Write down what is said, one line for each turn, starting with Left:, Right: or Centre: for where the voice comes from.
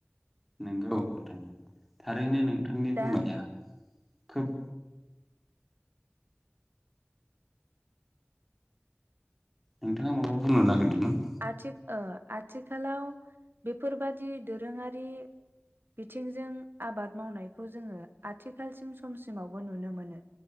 Centre: नोंगौ नोंथां थारैनो नोंथांनि
Right: दा
Centre: बुंनाया खोब नोंथाङा माबा बुंनो ना दोंमोन
Right: आथि ओ आथिखालाव बेफोरबादि दोरोङारि बिथिंजों आबाद मावनायखौ जोङो आथिखालसिम समसिमावबो नुनो मोनो